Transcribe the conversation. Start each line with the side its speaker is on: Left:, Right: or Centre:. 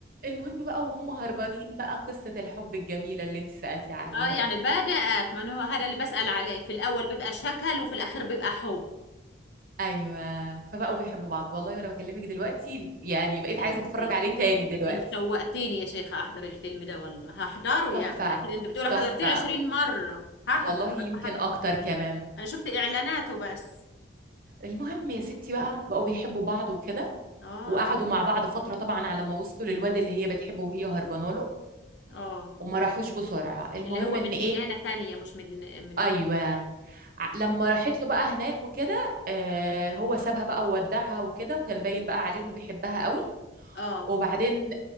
Right: المهم بقى وهم هربانين بقى قصة الحب الجميلة اللي انت سألتي عليها
Left: اه يعني
Right: بقى
Left: بدأت ما أنا هو هذا اللي بسأل عليه في الاول بيبقى شكل وفي الاخير بيبقى حب
Right: ايوه فبقوا
Left: مم.
Right: بيحبوا بعض والله وانا بكلمك دلوقتي يعني بقيت
Left: ده
Right: عايزة
Left: انت
Right: اتفرج عليه تاني دلوقتي
Left: انت شوقتيني يا شيخة احضر الفيلم ده والله هحضره يعني
Right: تحفة
Left: اكيد انت بتقولي حضرتيه
Right: تحفة
Left: 20 مرة هحضر
Right: والله يمكن
Left: انا ح...
Right: اكتر كمان
Left: انا شفت اعلاناته بس
Right: المهم يا ستي بقى بقوا بيحبوا بعض وكده
Left: اه
Right: وقعدوا
Left: عن-
Right: مع بعض فترة طبعا على ما وصلوا للواد اللي هي بتحبه وهي هربانه له
Left: اه
Right: وما راحوش بسرعة المهم
Left: اللي هو
Right: ان
Left: من
Right: ايه
Left: ديانة تانية مش من دين... من
Right: ايوه
Left: دين...
Right: ع- لما راحت له بقى هناك وكده آه هو سابها بقى وودعها وكده وكان باين بقى عليه انه بيحبها قوي
Left: اه
Right: وبعدين